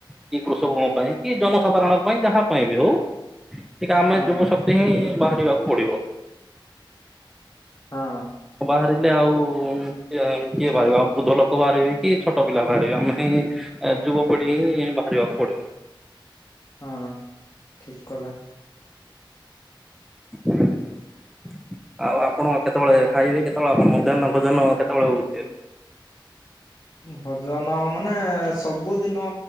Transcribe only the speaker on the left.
ହଁ
ହଁ
ହଁ ଠିକ କଥା।
ଭଜନ ମାନେ ସବୁଦିନ